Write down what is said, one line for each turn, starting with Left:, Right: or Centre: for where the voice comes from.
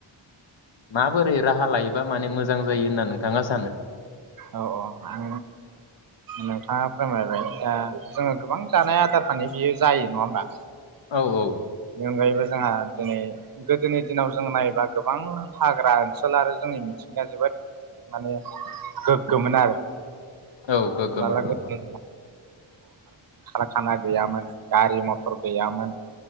Left: माबोरै राहा लायोबा माने मोजां जायो होनना नोंथाङा सानो
Right: औ औ आं नोंथाङा फोरमायबाय दा जोंङो गोबां जानाय आदार फ्रानो बियो जायो नङा होमबा
Left: औ औ
Right: बेनि अनगायैबो जोंहा दिनै गोदोनि दिनाव जों नायोबा गोबां हाग्रा ओनसोल आरो जोंनि मिथिंगा जोबोद माने गोग्गोमोन आरो
Left: औ गोग्गोमोन
Right: माला गल
Left: औ
Right: खारखाना गैयामोन गारि मथर गैयामोन।